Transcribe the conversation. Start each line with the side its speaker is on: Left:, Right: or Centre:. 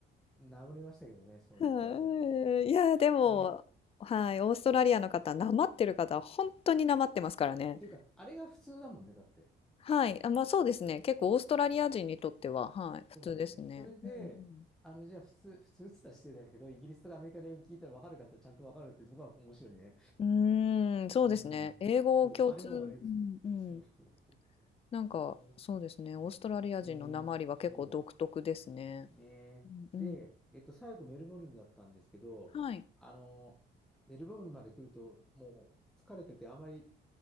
Centre: う。治りましたけどね、その1回月ごぐらいに。
Left: <laughs> はい。
Centre: うん。
Left: いや、でも、
Centre: ね。っ
Left: はい、オーストラリアの方、なまってる方は当になまってますからね。
Centre: ていうか、あれが普通だもんね、だって。
Left: はい。あ、ま、そうですね。結構オーストラリア人にとっては、はい、普通ですね。
Centre: そうだよね。それで、
Left: うん
Centre: あの、じゃあ普通、普通っつったら失礼だけど、イギリスとかアメリカの英語聞いたら分かるかって言ったらちゃんと分かるっていうところが面白いね。
Left: うん。うーん、そうですね。
Centre: うん。
Left: 英語共通うんうん。
Centre: そう、あれはあれっつって。そうそうそうそ
Left: なんか、
Centre: う。へえ
Left: そうですね、オーストラリア人のなまりは結構独特ですね。
Centre: うん。ねえ、そう。ねえ。
Left: うんうん。
Centre: で、えっと、最後メルボルンだったんですけど、
Left: はい。
Centre: あの、メルボルンまで来ると、もう疲れてて、あまり